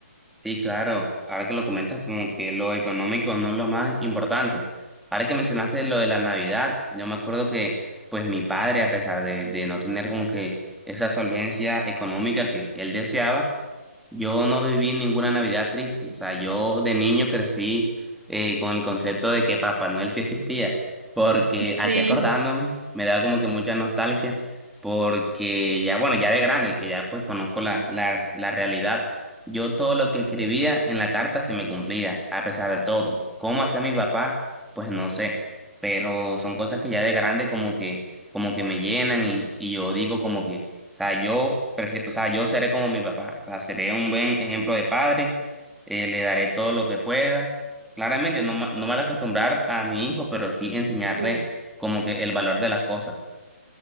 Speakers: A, in the centre; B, on the right.
A: Sí, claro, ahora que lo comentas, como que lo económico no es lo más importante. Ahora que mencionaste lo de la Navidad, yo me acuerdo que pues mi padre, a pesar de, de no tener como que esa solvencia económica que él deseaba, yo no viví ninguna Navidad triste, o sea, yo de niño crecí eh, con el concepto de que Papá Noel sí existía, porque aquí
B: Sí,
A: acordándome
B: <laughs>
A: me da como que mucha nostalgia, porque ya, bueno, ya de grande, que ya pues conozco la, la, la realidad, yo todo lo que escribía en la carta se me cumplía, a pesar de todo. ¿Cómo hacía mi papá? Pues no sé, pero son cosas que ya de grande como que, como que me llenan y, y yo digo como que... O sea, yo prefiero, o sea, yo seré como mi papá. O sea, seré un buen ejemplo de padre. eh, le daré todo lo que pueda. Claramente, no, ma- no mal acostumbrar a mi hijo, pero sí enseñarle
B: Sí,
A: como que el valor de las cosas.